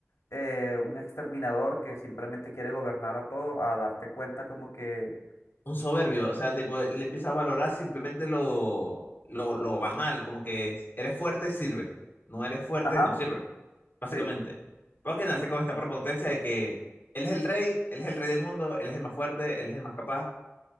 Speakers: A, on the left; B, on the left.
A: eh, un exterminador que simplemente quiere gobernar a todo a darte cuenta como que,
B: Un soberbio, o sea, tipo, le empieza a valorar simplemente lo, lo, lo banal, como que eres fuerte, sirve. No eres fuerte,
A: ajá,
B: no sirve, básicamente.
A: sí,
B: Porque nace
A: Sí.
B: con esta prepotencia de que él es el rey, él es el rey del mundo, él es el más fuerte, él es el más capaz,